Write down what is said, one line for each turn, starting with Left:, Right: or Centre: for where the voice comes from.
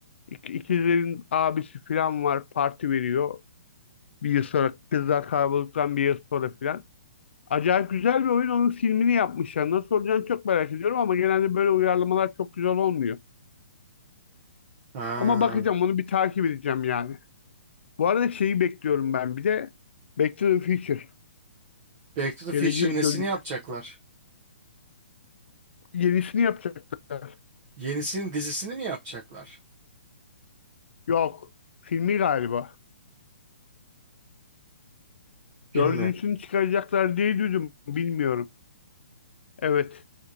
Left: ik- ikizlerin abisi falan var parti veriyor. bir yıl sonra Kızlar Kaybolduktan bir yıl sonra filan. Acayip güzel bir oyun. Onun filmini yapmışlar. Nasıl olacağını çok merak ediyorum ama genelde böyle uyarlamalar çok güzel olmuyor.
Right: Ha,
Left: Ama bakacağım onu bir takip edeceğim yani. Bu arada şeyi bekliyorum ben bir de Back to the Future.
Right: Back to the
Left: Geleceğe
Right: Future nesini
Left: dönüş.
Right: yapacaklar?
Left: Yenisini yapacaklar.
Right: Yenisinin dizisini mi yapacaklar?
Left: Yok. Filmi galiba.
Right: Filmi.
Left: Dördüncüsünü çıkaracaklar diye duydum. Bilmiyorum. Evet.